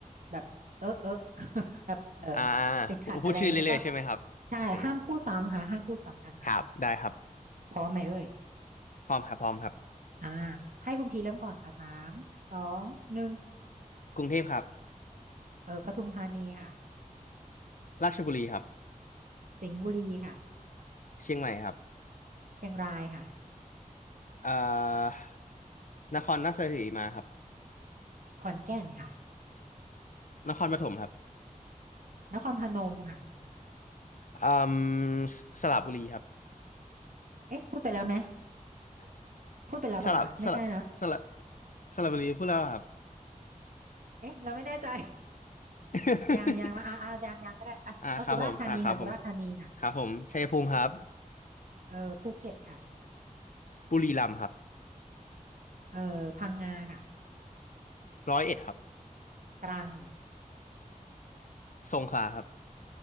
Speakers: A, on the right (about 70°); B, on the left (about 70°).
A: แบบเออเออ <laughs> แบบเออ
B: อ่า
A: ติดขัดอะไรอย่างนี้แล้วก็
B: พูพูดชื่อเรื่อยๆใช่ไหมครับโอเค
A: ใช่ห้ามพูดซ้ำค่ะห้ามพูดซ้ำกันนะ
B: ครับได้ครับ
A: พร้อมไหมเอ่ย
B: พร้อมครับพร้อมครับ
A: อ่าให้คุณพีเริ่มก่อนค่ะสามสองหนึ่ง
B: กรุงเทพครับ
A: เออปทุมธานีค่ะ
B: ราชบุรีครับ
A: สิงห์บุรีค่ะ
B: เชียงใหม่ครับ
A: เชียงรายค่ะ
B: เอ่อนครราชสีมาครับ
A: ขอนแก่นค่ะ
B: นครปฐมครับ
A: นครพนมค่ะ
B: อืมสสระบุรีครับ
A: เอ๊ะพูดไปแล้วไหมพูดไปแล้วป่ะคะไม่ใช่เนอะ
B: สระสระสระสระบุรีพูดแล้วครับ
A: เอ๊ะเราไม่แน่ใจ
B: <laughs>
A: <laughs> ยังยังมาอ่าอ่ายังยังก็ได้อ่ะเอาสุราษฎร์ธานีค่ะสุราษฎร์ธานีค่ะ
B: อ่าครับผมอ่าครับผมครับผมชัยภูมิครับ
A: เออภูเก็ตค่ะ
B: บุรีรัมย์ครับ
A: เออพังงาค่ะ
B: ร้อยเอ็ดครับ
A: ตรัง
B: สงขลาครับ